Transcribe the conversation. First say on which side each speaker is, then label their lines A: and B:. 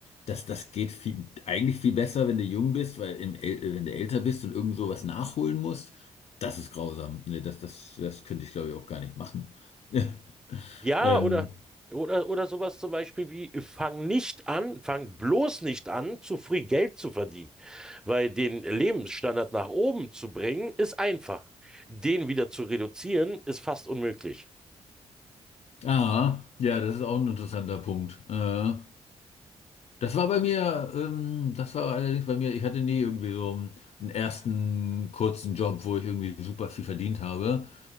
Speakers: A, on the left (about 60°); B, in the centre.
A: das, das geht viel, eigentlich viel besser, wenn du jung bist, weil im, äl- wenn du älter bist und irgend sowas nachholen musst, das ist grausam. Ne, das, das, das könnte ich, glaube ich, auch gar nicht machen. <laughs>
B: Ja,
A: Ähm,
B: oder, oder, oder sowas zum Beispiel wie, fang nicht an, fang bloß nicht an, zu früh Geld zu verdienen. Weil den Lebensstandard nach oben zu bringen, ist einfach. Den wieder zu reduzieren, ist fast unmöglich.
A: ah, ja, das ist auch ein interessanter Punkt. Äh, Das war bei mir, ähm, das war allerdings bei mir, ich hatte nie irgendwie so einen ersten kurzen Job, wo ich irgendwie super viel verdient habe.